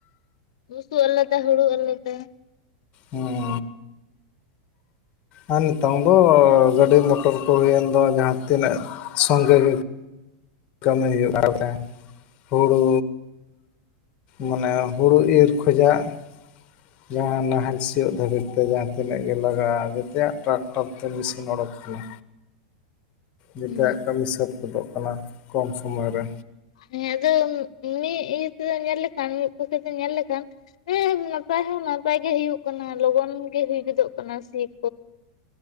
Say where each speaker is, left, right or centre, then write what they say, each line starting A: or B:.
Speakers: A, on the left (about 70°); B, on the left (about 45°).
A: ᱵᱩᱥᱩᱜ ᱟᱞᱟᱫᱟ ᱦᱩᱲᱩ ᱟᱞᱟᱫᱟ ᱾
B: ᱚᱸ ᱾ ᱟᱨ ᱱᱤᱛᱚᱝ ᱫᱚ ᱜᱟᱹᱰᱤ ᱢᱚᱴᱚᱨ ᱠᱚ ᱦᱩᱭᱮᱱ ᱫᱚ ᱡᱟᱦᱟᱸ ᱛᱤᱱᱟᱹᱜ ᱥᱚᱸᱜᱮ ᱜᱮ ᱠᱟᱹᱢᱤ ᱦᱩᱭᱩᱜᱼᱟ ᱟᱣᱛᱮ, ᱦᱩᱲᱩ ᱢᱟᱱᱮ ᱦᱩᱲᱳ ᱤᱨ ᱠᱷᱚᱡᱟᱜ ᱡᱟᱦᱟᱸ ᱱᱟᱦᱮᱞ ᱥᱤᱭᱳᱜ ᱫᱷᱟᱹᱵᱤᱡ ᱛᱮ ᱡᱟᱦᱟᱸ ᱛᱤᱱᱟᱹᱜ ᱜᱮ ᱞᱟᱜᱟᱜᱼᱟ ᱡᱮᱛᱮᱭᱟᱜ ᱴᱨᱟᱠ ᱟᱯᱛᱮ ᱢᱮᱤᱥᱤᱱ ᱚᱰᱳᱠ ᱠᱟᱱᱟ᱾ ᱡᱮᱛᱮᱭᱟᱜ
A: ᱦᱩᱸ
B: ᱠᱟᱹᱢᱤ ᱥᱟᱹᱛ ᱜᱚᱫᱚᱜ ᱠᱟᱱᱟ ᱠᱚᱢ ᱥᱚᱢᱚᱭ ᱨᱮ᱾
A: ᱦᱮᱸ ᱟᱫᱚ ᱢᱤᱫ ᱤᱭᱟᱹ ᱛᱮᱫᱚ ᱧᱮᱞ ᱞᱮᱠᱷᱟᱱ, ᱢᱤᱫ ᱯᱚᱠᱠᱷᱮ ᱫᱚ ᱧᱮᱞ ᱞᱮᱠᱷᱟᱱ ᱦᱮᱸ ᱱᱟᱯᱟᱭ ᱦᱚᱸ ᱱᱟᱯᱟᱭ ᱜᱮ ᱦᱩᱭᱩᱜ ᱠᱟᱱᱟ ᱞᱚᱜᱚᱱ ᱜᱮ ᱦᱩᱭ ᱜᱚᱫᱚᱜ ᱠᱟᱱᱟ᱾ ᱥᱤᱠ